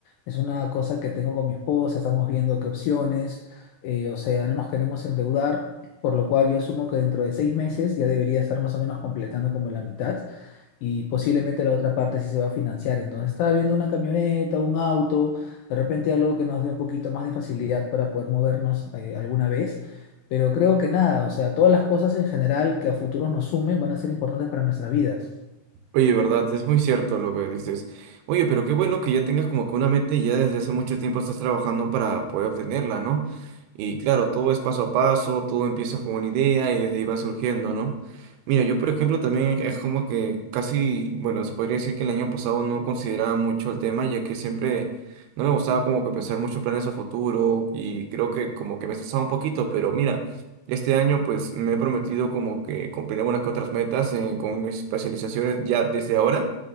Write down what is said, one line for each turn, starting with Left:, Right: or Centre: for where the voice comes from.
Left: Es una cosa que tengo con mi esposa, estamos viendo qué opciones, eh, o sea, no nos queremos endeudar por lo cual yo asumo que dentro de seis meses ya debería estar más o menos completando como la mitad y posiblemente la otra parte sí se va a financiar. Entonces estaba viendo una camioneta, un auto, de repente algo que nos dé un poquito más de facilidad para poder movernos eh, alguna vez. Pero creo que nada, o sea, todas las cosas en general que a futuro nos sumen van a ser importantes para nuestras vidas.
Right: Oye, verdad, es muy cierto lo que dices. Oye, pero qué bueno que ya tengas como que una meta y ya desde hace mucho tiempo estás trabajando para poder obtenerla, ¿no? Y claro, todo es paso a paso, todo empieza con una idea y desde ahí va surgiendo, ¿no? Mira, yo por ejemplo también es como que casi, bueno, se podría decir que el año pasado no consideraba mucho el tema, ya que siempre no me gustaba como que pensar mucho en planes a futuro y creo que como que me estresaba un poquito, pero mira. Este año pues me he prometido como que cumplir algunas que otras metas eh, con mis especializaciones ya desde ahora